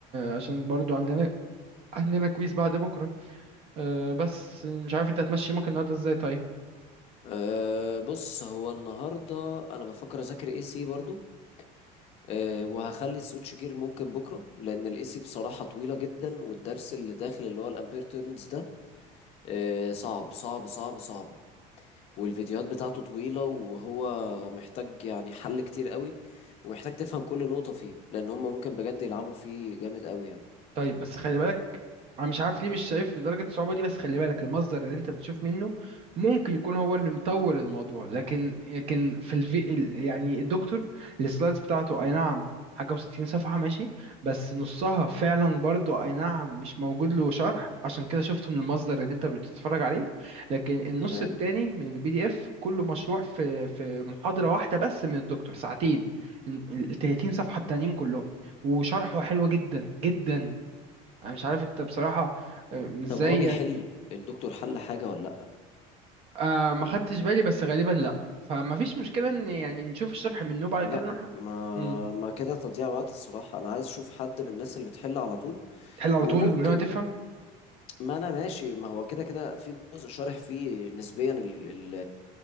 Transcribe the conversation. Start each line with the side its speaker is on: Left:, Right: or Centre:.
Right: عشان برضو عندنا عندنا كويس بعد بكرة أه بس مش عارف انت هتمشي يومك النهاردة ازاي طيب
Left: أه بص هو النهاردة انا بفكر اذاكر اي سي برضو أه وهخلي السويتش جير ممكن بكرة لان الاي سي بصراحة طويلة جدا والدرس اللي داخل اللي هو الامبير تيرنز ده أه صعب صعب صعب صعب والفيديوهات بتاعته طويلة وهو محتاج يعني حل كتير قوي ومحتاج تفهم كل نقطة فيه لأن هم ممكن بجد يلعبوا فيه جامد قوي يعني
Right: طيب بس خلي بالك انا مش عارف ليه مش شايف بدرجه الصعوبه دي بس خلي بالك المصدر اللي انت بتشوف منه ممكن يكون هو اللي مطول الموضوع لكن لكن في الفي ال- يعني الدكتور السلايدز بتاعته اي نعم حاجه وستين صفحه ماشي بس نصها فعلا برضو اي نعم مش موجود له شرح عشان كده شفته من المصدر اللي انت بتتفرج عليه لكن النص
Left: تمام
Right: التاني من البي دي اف كله مشروح في في محاضره واحده بس من الدكتور ساعتين ال ال- 30 صفحه التانيين كلهم وشرحه حلو جدا جدا انا مش عارف انت بصراحة آه، ازاي
Left: طب هو بيحل
Right: يعني.
Left: الدكتور حل حاجة ولا لأ
Right: آه ما خدتش بالي بس غالبا لا فما فيش مشكلة ان يعني نشوف الشرح منه بعد
Left: لأ
Right: كده نروح
Left: ما
Right: مم.
Left: ما كده تضييع وقت الصراحة أنا عايز أشوف حد من الناس اللي بتحل على طول
Right: تحل على
Left: وممكن
Right: طول من غير ما تفهم
Left: ما أنا ماشي ما هو كده كده في جزء شارح فيه نسبيا ال- ال-